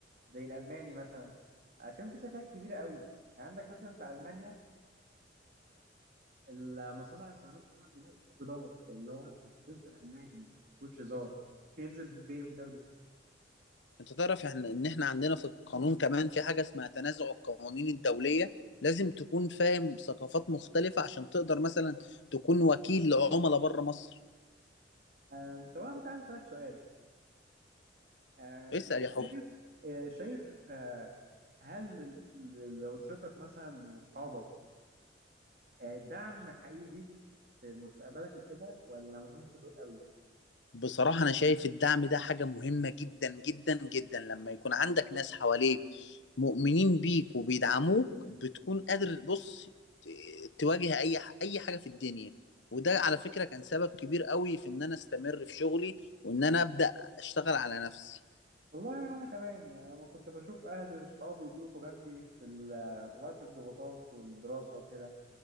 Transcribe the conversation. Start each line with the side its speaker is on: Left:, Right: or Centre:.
Right: زي الألماني مثلا عشان في شركات كبيرة قوي يعني عندك مثلا في ألمانيا المصانع السيارات طبعا هناك جدار اللي هو انت بتتكلم في الالماني مفهوش هزار ينزل بالبي ام دبليو
Left: انت تعرف احنا ان احنا عندنا في القانون كمان في حاجة اسمها تنازع القوانين الدولية لازم تكون فاهم ثقافات مختلفة عشان تقدر مثلا تكون وكيل لعملاء بره مصر
Right: آم، طب انا كنت عايز اسالك سؤال آه،
Left: اسأل
Right: انت
Left: يا
Right: شايف
Left: حب
Right: آه، شايف آه، هل ل- ل- لاسرتك مثلا واصحابك آه، دعم حقيقي ليك في مستقبلك وكده ولا مالهمش دور قوي؟
Left: بصراحة أنا شايف الدعم ده حاجة مهمة جدا جدا جدا لما يكون عندك ناس حواليك مؤمنين بيك وبيدعموك بتكون قادر بص ت- تواجه أي ح- أي حاجة في الدنيا وده على فكرة كان سبب كبير قوي في إن أنا أستمر في شغلي وإن أنا أبدأ أشتغل على نفسي
Right: والله انا كمان يعني لما كنت بشوف اهلي واصحابي بيقفوا جنبي في ال- وقت الضغوطات والدراسه وكده